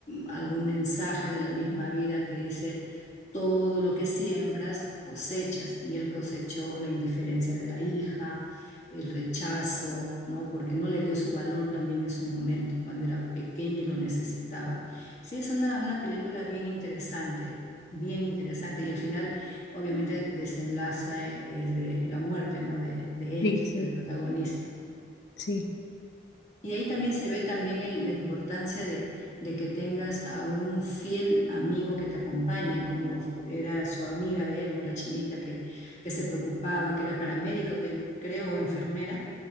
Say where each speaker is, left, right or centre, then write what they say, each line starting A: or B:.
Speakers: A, on the left; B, on the left.
A: algún mensaje de la misma vida que dice, todo lo que siembras cosechas, y él cosechó la indiferencia de la hija, el rechazo, ¿no? Porque no le dio su valor también en su momento, cuando era pequeña y lo necesitaba. Sí, es una, una película bien interesante, bien interesante, y al final obviamente desenlaza eh, es de la muerte, ¿no? De, de
B: sí,
A: él,
B: sí,
A: del protagonista.
B: sí.
A: Y ahí también se ve también el- la importancia de, de que tengas a un fiel amigo que te acompañe, como era su amiga de él, ¿no? La chinita que, que se preocupaba, que era paramédico, te- creo, o enfermera,